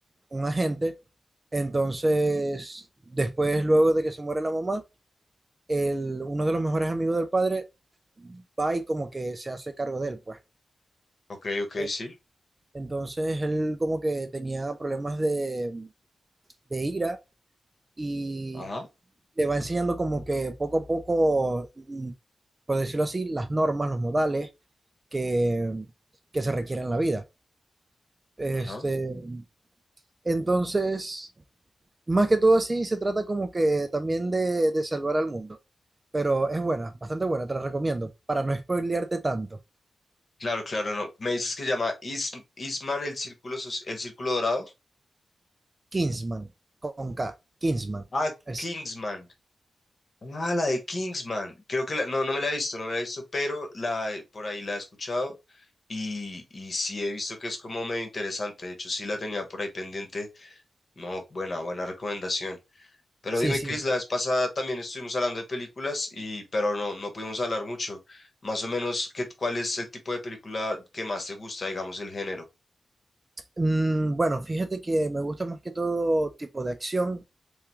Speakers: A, on the right; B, on the left.
A: un agente, entonces, después, luego de que se muere la mamá, el, uno de los mejores amigos del padre va y como que se hace cargo de él, pues.
B: Ok, ok,
A: Eh,
B: sí.
A: Entonces él como que tenía problemas de, de ira y
B: Ajá,
A: le va enseñando como que poco a poco, mm, por decirlo así, las normas, los modales que, que se requieren en la vida. Este,
B: ajá.
A: entonces, más que todo así, se trata como que también de, de salvar al mundo. Pero es buena, bastante buena, te la recomiendo. Para no spoilearte tanto,
B: Claro, claro, no. Me dices que se llama Is Isman el Círculo, Soci- el Círculo Dorado.
A: Kingsman, con K, Kingsman.
B: Ah,
A: Así,
B: Kingsman. Ah, la de Kingsman. Creo que la, no, no me la he visto, no me la he visto, pero la eh, por ahí la he escuchado y, y sí he visto que es como medio interesante. De hecho, sí la tenía por ahí pendiente. No, buena, buena recomendación. Pero
A: Sí,
B: dime,
A: sí.
B: Chris, la vez pasada también estuvimos hablando de películas y, pero no, no pudimos hablar mucho. Más o menos, ¿qué, cuál es el tipo de película que más te gusta, digamos, el género?
A: Mm, bueno, fíjate que me gusta más que todo tipo de acción